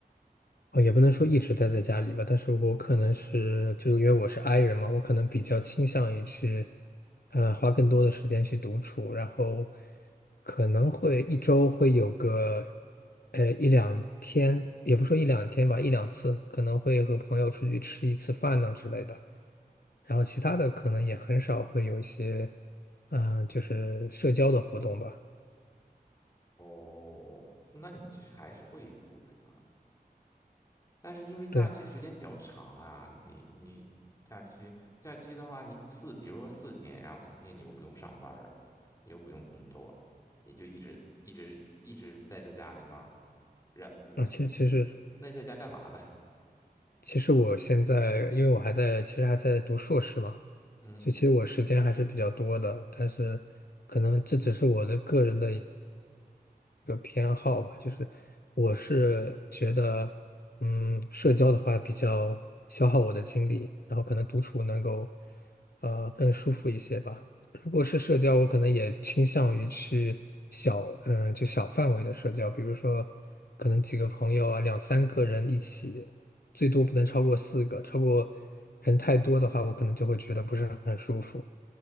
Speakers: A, on the left; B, on the left.
A: 哦，也不能说一直待在家里吧，但是我可能是，就是因为我是 i 人嘛，我可能比较倾向于去，呃，花更多的时间去独处，然后可能会一周会有个，呃，一两天，也不说一两天吧，一两次，可能会和朋友出去吃一次饭呐之类的，然后其他的可能也很少会有一些，嗯、就是社交的活动吧。
B: 哦，那你其实还是会出去的嘛。但是因为假期时间比较长啊，
A: 对，
B: 你你假期假期的话，你四比如说四天，然后四天你又不用上班儿，你又不用工作，你就一直一直一直待在家里吗？然那那那那你在家干嘛呢？
A: 啊，其实其实
B: <laughs>
A: 其实我现在，因为我还在，其实还在读硕士嘛。
B: 嗯，
A: 所以其实我时间还是比较多的，但是可能这只是我的个人的一个偏好吧。就是我是觉得，嗯，社交的话比较消耗我的精力，然后可能独处能够，呃，更舒服一些吧。如果是社交，我可能也倾向于去小，嗯、就小范围的社交，比如说可能几个朋友啊，两三个人一起，最多不能超过四个，超过人太多的话，我可能就会觉得不是很舒服。